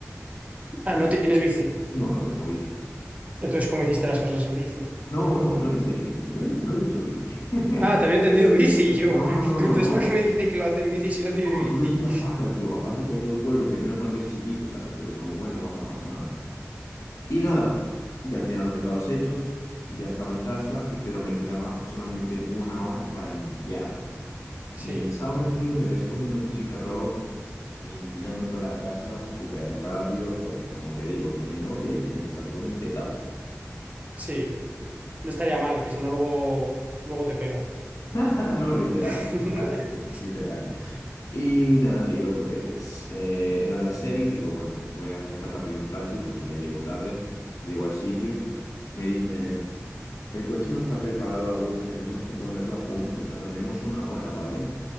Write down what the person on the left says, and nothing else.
No, no tengo bici.
No, no, no hice en bici. Yo no, no he dicho bici. <laughs>
No,
no, no,
no, no.
No,
tuve que ir a pata, tío, a pata por todo el pueblo, que menos mal que es chiquito, ¿sabes? Pero es como, bueno, va, no pasa nada. Y nada, ya tenía los recados hechos, ya estaba en casa, y pero me quedaba solamente una hora para limpiar.
Y en esa hora, tío, me ves poniendo música rock, limpiando toda la casa súper rápido, porque como te digo, viene mi novia y tiene que estar todo impecable.
<laughs> No, literal,
literalmente, literal. Y nada, tío, pues eh, era las seis, digo, bueno, voy a coger rápido un taxi porque ya llego tarde, llego al sitio, me dicen, el coche no está preparado aún, tenemos que ponerlo a punto, tardaremos una hora, ¿vale?